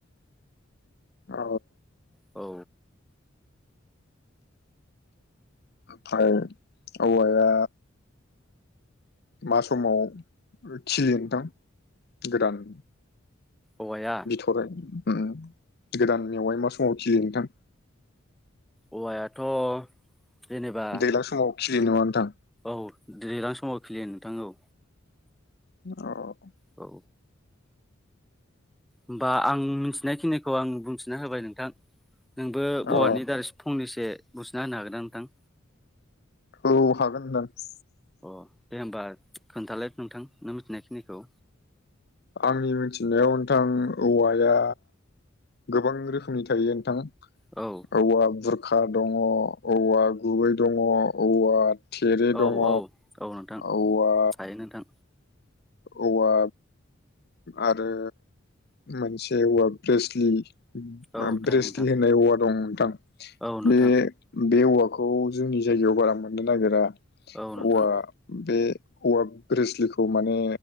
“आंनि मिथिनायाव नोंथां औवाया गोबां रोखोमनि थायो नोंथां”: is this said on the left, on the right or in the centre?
Left